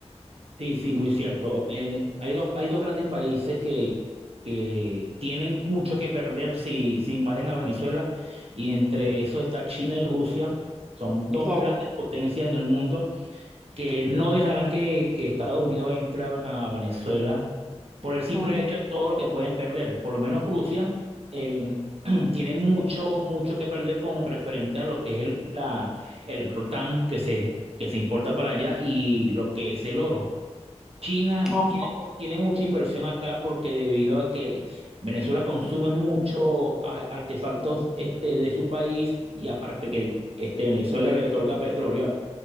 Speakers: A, on the right; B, in the centre.
A: Sí, sí, muy cierto. En- hay dos, hay dos grandes países que, que tienen mucho que perder si, si invaden a Venezuela y entre eso está China y Rusia. Son dos
B: Claro.
A: grandes potencias en el mundo que no dejarán que, que Estados Unidos entre a, a Venezuela por el simple
B: Mm.
A: hecho de todo lo que pueden perder. Por lo menos Rusia el- <clears throat> tiene mucho, mucho que perder con referente a lo que es el, la, el coltán que se, que se importa para allá y lo que es el oro. China
B: Ah,
A: tiene, tiene mucha inversión acá porque debido a que Venezuela consume mucho a- artefactos este, de su país y aparte que este, Venezuela le otorga petróleo,